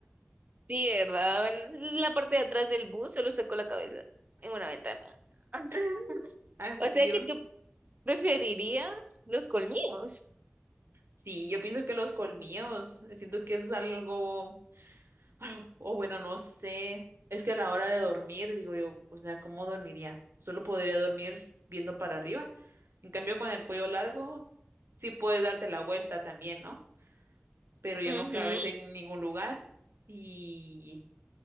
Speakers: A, on the right (about 40°); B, on the right (about 75°).
A: Sí, ¿verdad? En la parte de atrás del bus solo saco la cabeza en una ventana. <laughs>
B: <laughs> Así.
A: O sea que tú preferirías los colmillos.
B: Sí, yo pienso que los colmillos, siento que es algo. <laughs> O bueno, no sé. Es que a la hora de dormir, digo yo, o sea, ¿cómo dormiría? Solo podría dormir viendo para arriba. En cambio, con el cuello largo, sí puedes darte la vuelta también, ¿no? Pero ya
A: Ujú.
B: no cabes en ningún lugar. Y